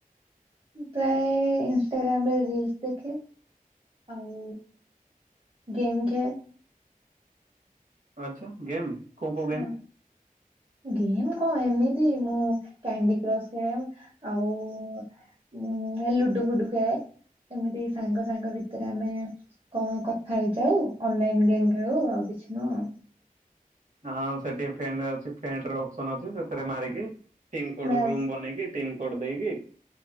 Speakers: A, on the right; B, on the right.
A: ମୁଁ ପ୍ରାୟ ଇନଷ୍ଟାଗ୍ରାମ ରେ ରିଲସ ଦେଖେ ଆଉ ଗେମ୍ ଖେଳେ।
B: ଆଚ୍ଛା ଗେମ୍? କୋଉ କୋଉ ଗେମ୍?
A: ହଁ। ଗେମ୍ କଣ ଏମିତି ମୁଁ କ୍ୟାଣ୍ଡି କ୍ରସ୍ ଖେଳେ ଆଉ ଉଁ ଲୁଡୁ ଫୁଡୁ ଖେଳେ ଏମିତି ସାଙ୍ଗ ସାଙ୍ଗ ଭିତରେ ଆମେ କମ କଥା ହେଇଯାଉ ଅନଲାଇନ ଗେମ୍ ଖେଳୁ ଆଉ କିଛି ନୁହଁ।
B: ହଁ ସେଠି ଫ୍ରେନ୍ ରେ ଅଛି ଫ୍ରେଣ୍ଡର ଅପ୍ସନ୍ ଅଛି ସେଥିରେ ମାରିକି ଟିମ୍ କୋଡ
A: ବାସ୍
B: ରୁମ ବନେଇକି ଟିମ କୋଡ ଦେଇକି